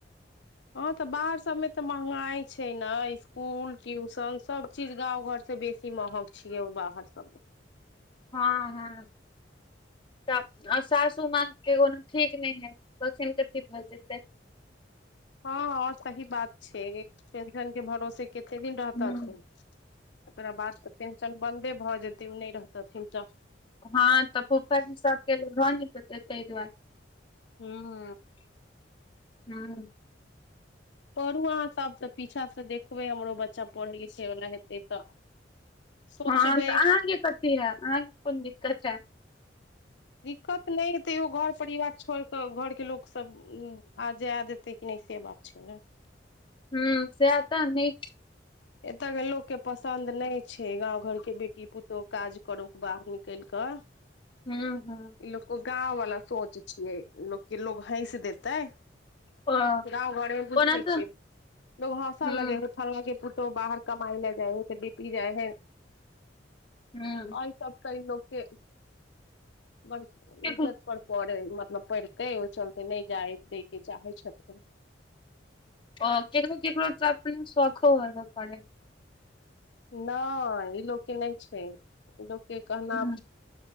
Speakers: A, on the left; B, on the left.
A: हँं त बाहर सब मे त महँगाई छै ने स्कूल ट्यूशन सब चीज गाँंव घर से बेसी महग छियै ओ बाहर सबमे
B: हँ हँ तब सासू मग के कोनो ठीक नहि हय पसन क ठीक भऽ जेतै
A: हँ हँ सही बात छै पेंशन के भरोसे कते दिन रहत
B: हूँ
A: थीन ओकरा बाद त टेंशन बन्दे भ जेतै नहि रहतथिन त
B: हँ तऽ फुफा जी सबके भऽ नहितै ताहि दुआरे
A: हूँ
B: हँ
A: पढ़ू अहाँ सबसँ पीछा से देखबै हमरो बच्चा पढ़ै लिखै वल्ला हेतै तऽ सोचबै
B: हँ त अहाँके कथी है अहाँके कोन दिक्कत है
A: दिक्कत ने य तैयो घर परिवार छोड़ के घरके लोक सब उ आ जे देतै क नहि से बात छै ने
B: ह सेह तऽ नहि
A: एतय के लोक के पसंन्द नहि छै गाँंव घर के बेटी पुतो काज करे बाहर निकलि कऽ
B: हँ हँ
A: ई लोक को गाँंव वालला सोच छियै लोक के लोग हैस देते
B: ओ
A: गाँंव घर मे बुझी
B: ओना
A: नहि
B: तऽ
A: छी लोग हँसा
B: हूँ
A: लगे ह फल ओ तो बाहर कमाइ लए जाए है त ऽ बेटी‌ जाए है
B: हूँ
A: और सब कई लोक‌ के ब
B: केकरो
A: इज्जत पड़ पढ़े मतलब पढ़ते ओ चलते नहि जाय दै के चाहे छथि
B: अ केकरो‌ केकरो त अपने शोखो हो प
A: नय ई लोकके ने छै ई लोकके कहना
B: हँ